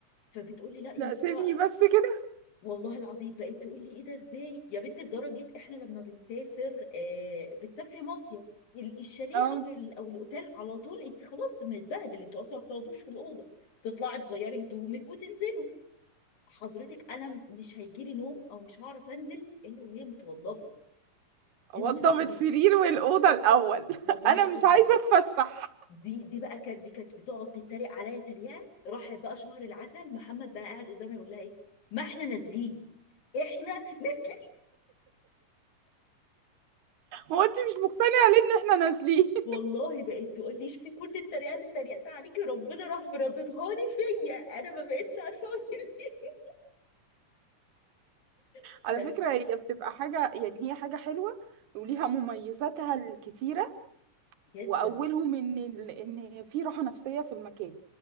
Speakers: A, on the left (about 65°); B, on the right (about 70°).
A: فبتقولي لا يا
B: لا
A: سارة
B: سيبني بس كده
A: والله العظيم بقت تقول لي ايه ده ازاي يا بنتي لدرجة احنا لما بنسافر آه بتسافري مصيف ال- الشاليه
B: اه
A: او ال- او الاوتيل على طول انت خلاص متبهدل انتوا اصلا ما بتقعدوش في الاوضه تطلعي تغيري هدومك وتنزلوا حضرتك انا مش هيجيلي نوم او مش هعرف انزل الا وهي متوضبه دي
B: اوضب
A: مصيبه
B: السرير والاوضه الاول <laughs>
A: والله
B: انا
A: العظيم
B: مش عايزه اتفسح
A: دي دي بقى كانت دي كانت بتقعد تتريق عليا تريقه راح بقى شهر العسل محمد بقى قاعد قدامي يقول لها ايه ما احنا نازلين احنا نازلين
B: هو انت مش مقتنعه ليه ان احنا نازلين <laughs>
A: والله بقت تقول لي شوفي كل التريقه اللي اتريقتها عليكي ربنا راح مرددها لي فيا انا ما بقتش عارفه اقول ايه <laughs>
B: على
A: ده
B: فكره
A: شخص
B: هي بتبقى حاجه يعني هي حاجه حلوه وليها مميزاتها الكتيرة
A: جدا
B: واولهم ان ال- ان في راحه نفسيه في المكان